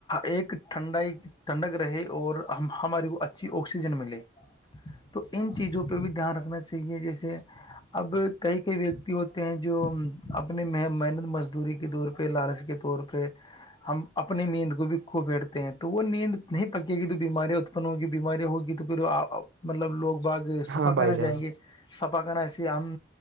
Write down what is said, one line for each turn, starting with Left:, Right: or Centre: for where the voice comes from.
Left: ایک ٹھنڈائی ٹھنڈک رہے اور ہماری کو اچھی آکسیجن ملے تو ان چیزوں پہ بھی دھیان رکھنا چاہیے جیسے اب کئی کئی ویکتی ہوتے ہیں جو اپنے محنت مزدوری کے طور پہ لالچ کے طور پر کہ ہم اپنی نیند کو بھی کوپیٹتے ہیں تو وہ نیند نہیں پکے گی تو بیماریاں اتپن ہوگی بیماریاں ہوگی تو پھر مطلب لوگ باغ سپاکانہ
Right: ہاں بھائی جان
Left: جائیں گے سپاکانہ ایے ہم